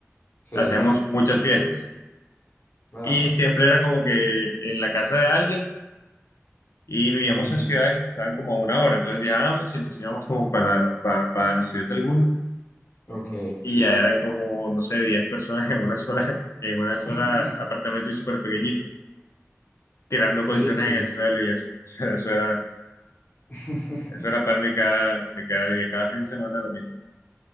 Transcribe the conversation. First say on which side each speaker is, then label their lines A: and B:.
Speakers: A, on the left (about 40°); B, on the left (about 70°).
A: Sí,
B: hacíamos muchas fiestas
A: ah,
B: y
A: sí.
B: siempre era como que en la casa de alguien y vivíamos
A: Ujú,
B: en ciudades que estaban como a una hora, entonces viajábamos y nos íbamos como para, para, para la ciudad de alguno
A: Ok.
B: y ya eran como, no sé, 10 personas en una sola, <laughs> en una sola
A: <laughs>
B: apartamento y súper pequeñito, tirando
A: Sí.
B: colchones en el suelo y eso, <laughs> O sea, eso era,
A: <laughs>
B: eso era pan de cada, de cada día, cada fin de semana lo mismo.